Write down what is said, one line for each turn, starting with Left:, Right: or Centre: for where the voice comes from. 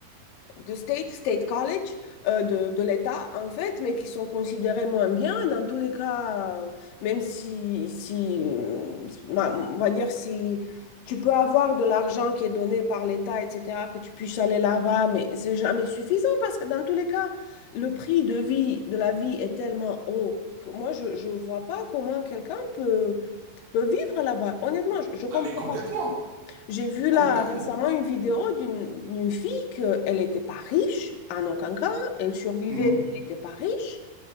Left: de state, state college, euh, de, de l'État, en fait, mais qui sont considérés moins bien. Dans tous les cas, euh, même si, si, euh, bah, on va dire, si tu peux avoir de l'argent qui est donné par l'État, etc., que tu puisses aller là-bas, mais c'est jamais suffisant parce que dans tous les cas, le prix de vie, de la vie est tellement haut. que Moi, je ne vois pas comment quelqu'un peut, peut vivre là-bas. Honnêtement, je, je comprends
Right: ah mais complètement
Left: j'ai vu
Right: complètement.
Left: là récemment une vidéo d'une d'une fille qu'elle n'était pas riche en aucun cas, elle survivait,
Right: Mhm.
Left: elle n'était pas riche,